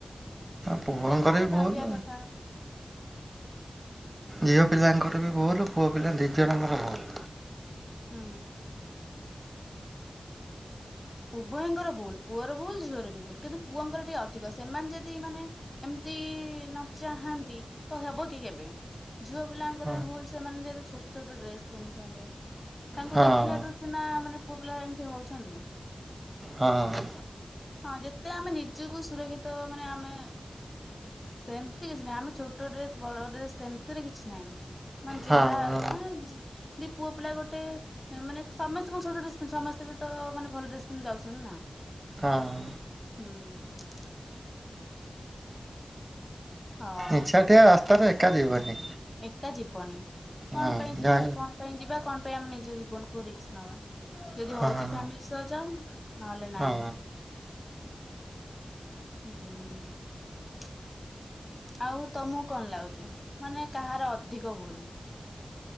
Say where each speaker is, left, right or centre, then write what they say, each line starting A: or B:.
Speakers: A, on the right; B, on the left.
A: ପୁଅଙ୍କର
B: ସେମାନେ
A: ବି ଭୁଲ୍।
B: ଭାବିବା କଥା
A: ଝିଅ ପିଲାଙ୍କର ବି ଭୁଲ ପୁଅ ପିଲା ଦି ଜଣଙ୍କର ଭୁଲୁ।
B: ହୁଁ। ଉଭୟଙ୍କର ଭୁଲ ପୁଅର ଭୁଲ ଝିଅର ବି ଭୁଲ କିନ୍ତୁ ପୁଅଙ୍କର ଟିକେ ଅଧିକ ସେମାନେ ଯଦି ମାନେ ଏମିତି ନ ଚାହାନ୍ତି ତ ହେବ କି କେବେ? ଝିଅ ପିଲାଙ୍କର
A: ହଁ
B: ବି ଭୁଲ ସେମାନେ ଯେହେତୁ ଛୋଟ ଛୋଟ ଡ୍ରେସ୍ ପିନ୍ଧୁଛନ୍ତି। ତାଙ୍କୁ
A: ହଁ
B: ଦେଖିଲାଠୁ ସିନା ମାନେ ପୁଅ ପିଲା ଏମିତି ହଉଛନ୍ତି।
A: ହଁ।
B: ହଁ ଯେତେ ଆମେ ନିଜକୁ ସୁରକ୍ଷିତ ମାନେ ଆମେ ସେମିତି କିଛି ନାହିଁ ଆମେ ଛୋଟ ଡ୍ରେସ ବଡ ଡ୍ରେସ ସେମିତିରେ କିଛି ନାହିଁ। ମାନେ ଯାହା
A: ହଁ
B: ମାନେ ଯି ଯଦି ପୁଅ ପିଲା ଗୋଟେ ମାନେ ସମସ୍ତେ କଣ ଛୋଟ ଡ୍ରେସ ପିନ୍ଧ ସମସ୍ତେ ବି ତ ମାନେ ଭଲ ଡ୍ରେସ ସେମତି ଯାଉଛନ୍ତି ନା
A: ହଁ
B: ହୂଁ। ହଁ
A: ଇଚ୍ଛାଟିଆ ରାସ୍ତାରେ ଏକା ଯିବନି
B: ଏକା ଯିବନି କଣ
A: ହଁ
B: ପାଇଁ ଯିବା
A: ଯାହା
B: କଣ ପାଇଁ ଯିବା କଣ ପାଇଁ ଆମେ ନିଜ ଜୀବନକୁ ରିକସ ନବା। ଯଦି
A: ହଁ
B: ହଉଛି ଫ୍ୟାମିଲି ସହ ଯ ନହେଲେ
A: ହଁ
B: ନାଇଁ। ହୁଁ। ଆଉ ତମକୁ କଣ ଲାଗୁଛି ମାନେ କାହାର ଅଧିକ ଭୁଲ୍।